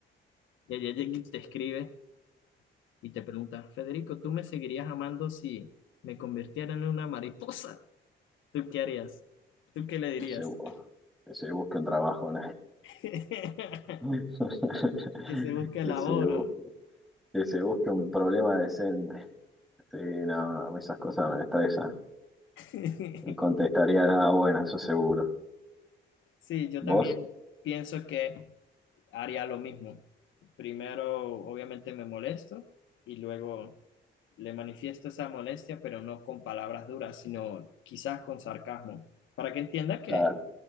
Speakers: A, on the left; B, in the centre.
A: Y ella llega y te escribe y te pregunta, Federico, ¿tú me seguirías amando si me convirtiera en una mariposa? ¿Tú qué harías? ¿Tú qué le dirías?
B: que se, bu- que se busque un trabajo, ¿no?
A: <laughs>
B: <laughs>
A: Que se busque
B: Que
A: laboro.
B: se Que se busque un problema decente. Sí, no, a mí esas cosas me estresan.
A: <laughs>
B: No contestaría nada bueno, eso seguro.
A: Sí, yo
B: ¿Vos?
A: también pienso que haría lo mismo. Primero, obviamente, me molesto y luego le manifiesto esa molestia, pero no con palabras duras, sino quizás con sarcasmo, para que entienda que
B: Nada,